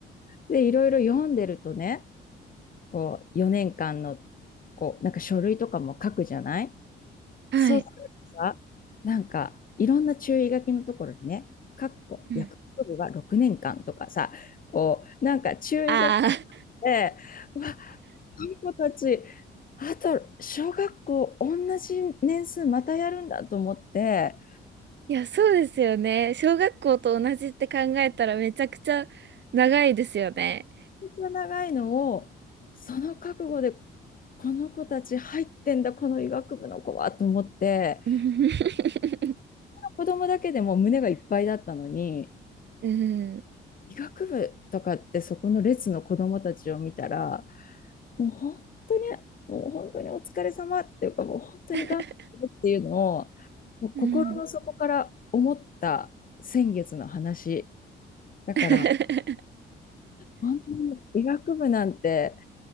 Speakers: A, on the left; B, on the right.
A: で、いろいろ読んでるとね、こう、4年間の、こう、なんか書類とかも書くじゃない
B: はい。
A: そうするとさ、なんか、いろんな注意書きのところにね、かっこ薬学部は6年間とかさ、
B: うん。
A: こう、なんか注意書き
B: ああ。
A: て、うわ、この子たち、あと小学校同じ年数またやるんだと思って、
B: いや、そうですよね。小学校と同じって考えたらめちゃくちゃ長いですよね。
A: めっちゃ長いのを、その覚悟で、この子たち入ってんだ、この医学部の子はと思って、
B: <laughs>
A: 子供だけでも胸がいっぱいだったのに、
B: うん。
A: 医学部とかってそこの列の子供たちを見たら、もう本当に、もう本当にお疲れ様っていうか、もう本当に頑張ってっていうのを、
B: <laughs>
A: もう心の底から思った先月の話。
B: うん。うん
A: だから、
B: <laughs>
A: 本当に医学部なんて